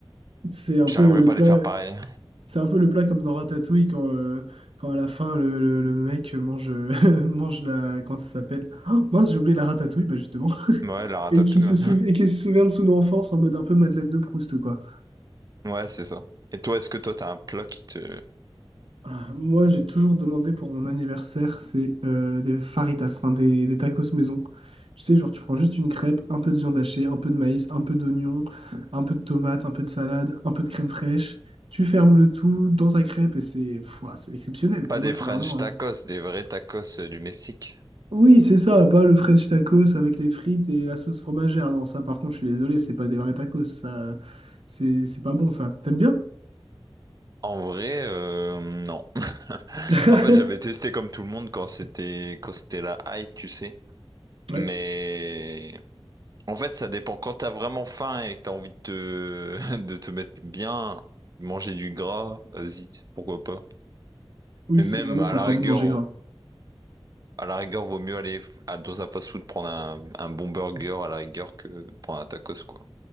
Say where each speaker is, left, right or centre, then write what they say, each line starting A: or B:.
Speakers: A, on the right (about 75°); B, on the right (about 40°).
A: C'est un
B: j'arriverais
A: peu le
B: pas
A: plat,
B: à les faire pareil.
A: c'est un peu le plat comme dans Ratatouille quand, euh, quand à la fin le, le- le mec mange, euh, <laughs> mange la, comment ça s'appelle? Oh, mince, j'ai oublié la ratatouille, bah justement.
B: Ouais, la ratatouille.
A: Et qui
B: Ouais,
A: se sou- et qui se souvient de son enfance en mode un peu Madeleine de Proust, quoi.
B: <laughs> ouais, c'est ça. Et toi, est-ce que toi, t'as un plat qui te,
A: Ah, Moi, j'ai toujours demandé pour mon anniversaire, c'est euh, des faritas, enfin des, des tacos maison. Tu sais, genre, tu prends juste une crêpe, un peu de viande hachée, un peu de maïs, un peu d'oignon, un peu de tomate, un peu de salade, un peu de crème fraîche. Tu fermes le tout dans ta crêpe et c'est pff, ouah, c'est exceptionnel.
B: pas
A: Pour
B: des
A: moi, c'est
B: French
A: vraiment.
B: tacos,
A: hein.
B: des vrais tacos euh, du Mexique?
A: Oui, c'est ça, pas le French tacos avec les frites et la sauce fromagère. Non, ça, par contre, je suis désolé, c'est pas des vrais tacos. Ça, c'est c'est pas bon, ça. T'aimes bien?
B: En vrai, euh, non. <laughs>
A: <laughs>
B: En fait, j'avais testé comme tout le monde quand c'était quand c'était la hype, tu sais. Mais
A: Ouais.
B: En fait, ça dépend. Quand t'as vraiment faim et que t'as envie de te... <laughs> de te mettre bien, de manger du gras, vas-y, pourquoi pas.
A: Oui,
B: Mais même
A: c'est vraiment
B: à
A: quand
B: la
A: t'as
B: rigueur,
A: envie de manger gras.
B: à la rigueur, vaut mieux aller f- à- dans un fast-food prendre un... un bon burger à la rigueur que de prendre un tacos, quoi.